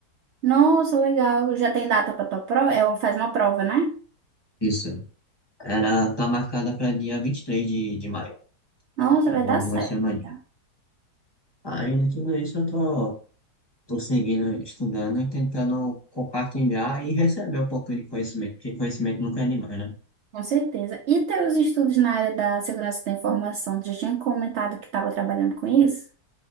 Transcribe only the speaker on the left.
Isso, era, tá marcada para dia 23 de, de maio,
tem
algumas
semanas.
Aí, de tudo isso, eu tô Estou seguindo, estudando e tentando compartilhar e receber um pouquinho de conhecimento, porque conhecimento nunca é demais, né?